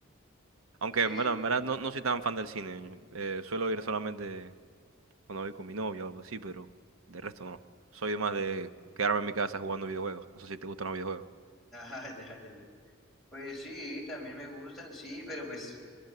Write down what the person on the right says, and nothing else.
Aunque,
bueno,
en
verdad no, no soy tan fan del cine. Eh, suelo ir solamente cuando voy con mi novia o algo así, pero de resto no. Soy más de quedarme en mi casa jugando videojuegos. No sé si te gustan los videojuegos.